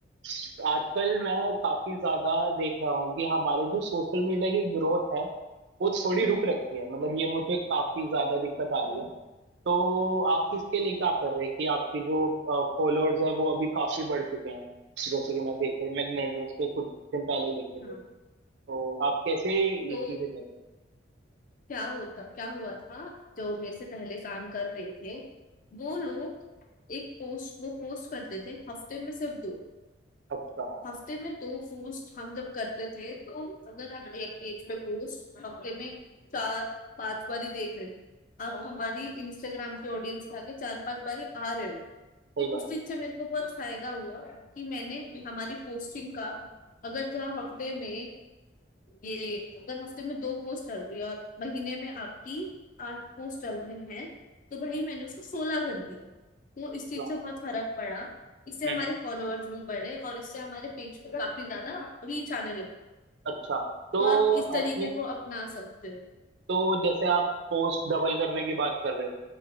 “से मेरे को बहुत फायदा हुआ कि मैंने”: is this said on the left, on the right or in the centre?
Left